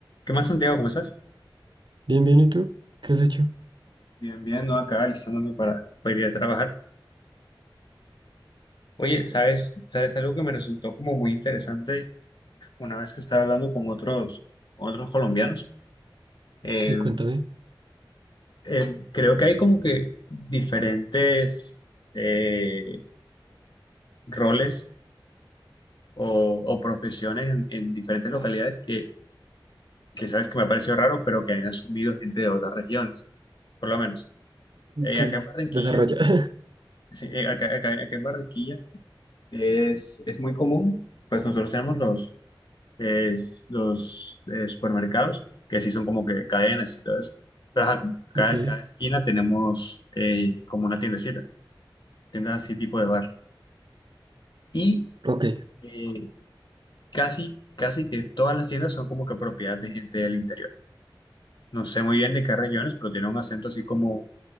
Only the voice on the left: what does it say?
¿Qué más, Santiago? ¿Cómo estás?
Bien, bien, no acá alistándome para, para ir a trabajar. Oye, ¿sabes, sabes algo que me resultó como muy interesante una vez que estaba hablando con otros, con otros colombianos? Eh,
eh, creo que hay como que diferentes eh, roles o, o profesiones en, en diferentes localidades que, que sabes que me ha parecido raro, pero que han asumido gente de otras regiones, por lo menos.
Eh, acá en Barranquilla,
sí, eh, acá, acá- acá en Barranquilla Es, es muy común, pues nosotros tenemos los, eh, los eh, supermercados, que sí son como que cadenas y todo eso, pero ajá, como cada,
cada esquina tenemos eh, como una tiendecita, tienda así tipo de bar. Y
eh, casi, casi que todas las tiendas son como que propiedad de gente del interior. No sé muy bien de qué regiones, pero tiene un acento así como,